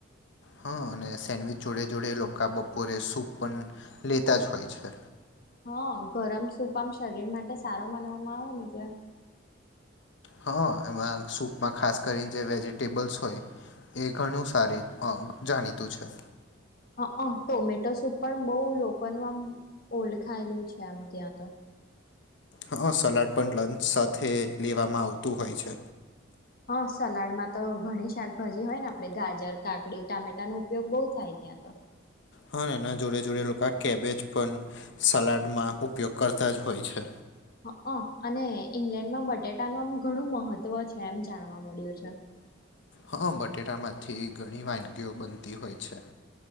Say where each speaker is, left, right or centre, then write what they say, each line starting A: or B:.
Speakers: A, on the left (about 65°); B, on the left (about 50°).
A: હા અને સેન્ડવીચ જોડે જોડે લોકો બપોરે સૂપ પણ લેતા જ હોય છે
B: હ ગરમ સૂપ આમ શરીર માટે સારા માનવામાં આવે ને એટલે
A: હા એમાં સૂપમાં ખાસ કરીને જે વેજીિટેબલ્સ હોય એ ઘણું સારી જાણીતું છે
B: હા હ ટોમેટો સૂપ પણ બહુ લોકોનું આમ ઓળખાયેલું છે એમ ત્યાં તો
A: હા સલાડ પણ લંચ સાથે લેવામાં આવતું હોય છે
B: હા સલાડમાં તો ઘણી શાકભાજી હોય ને આપડે ગાજર કાકડી ટામેટા નો ઉપયોગ બહુ થાય ત્યા તો
A: હા એના જોડે જોડે લોકો આ કેબેજ પણ સલાડમાં ઉપયોગ કરતા જ હોય છે
B: હ અઅ ને ઈંગ્લેન્ડમાં બટેટાનું આમ ઘણું મહત્વ છે એમ જાણવા મળ્યું છે <inaudible>
A: હા બટેટામાંથી ઘણી વાનગીઓ બનતી હોય છે